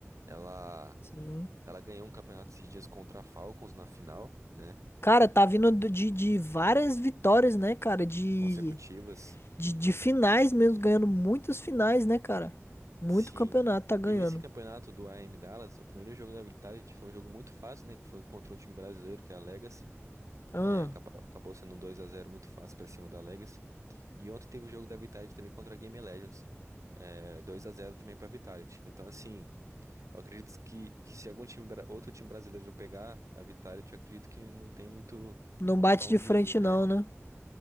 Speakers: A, on the right; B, on the left.
A: Ela,
B: Sim.
A: ela ganhou um campeonato esses dias contra a Falcons na final, né?
B: Cara, tá vindo do- de, de várias vitórias, né, cara? De,
A: Consecutivas,
B: de, de finais mesmo, ganhando muitas finais, né, cara? Muito
A: sim.
B: campeonato tá ganhando.
A: E nesse campeonato do AM Dallas, o primeiro jogo da Vitality foi um jogo muito fácil, né? Que foi contra um time brasileiro, que é a Legacy.
B: Ahn.
A: É, acabou, acabou sendo um dois a zero muito fácil pra cima da Legacy. E ontem teve o jogo da Vitality também contra a Game Legends. É, 2x0 também pra Vitality. Então, assim, eu acredito que, que se algum time, bra- outro time brasileiro pegar a Vitality, eu acredito que não tem muito
B: Não bate
A: pra onde
B: de frente
A: ir, né?
B: não, né?